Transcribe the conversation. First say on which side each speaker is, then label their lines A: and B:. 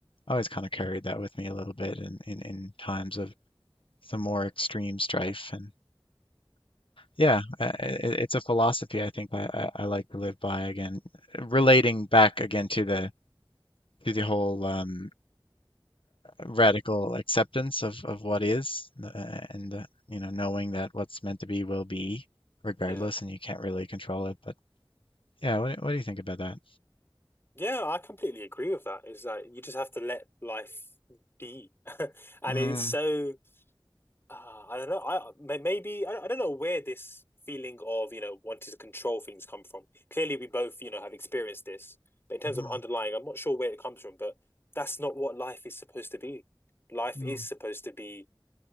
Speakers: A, on the left (about 85°); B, on the left (about 25°).
A: always kind of carried that with me a little bit in, in, in times of some more extreme strife. And yeah, I- I- it's a philosophy I think I, I, I like to live by again, relating back again to the to the whole um, radical acceptance of, of what is uh, and uh, you know knowing that what's meant to be will be regardless
B: Yeah.
A: and you can't really control it but yeah what, do- what do you think about that
B: Yeah, I completely agree with that. It's like you just have to let life be, <laughs> and
A: mm,
B: it is so uh, I don't know. I may- maybe I, I don't know where this feeling of you know wanting to control things come from. Clearly, we both you know have experienced this, but in terms
A: mm,
B: of underlying, I'm not sure where it comes from. But that's not what life is supposed to be. Life
A: mm,
B: is supposed to be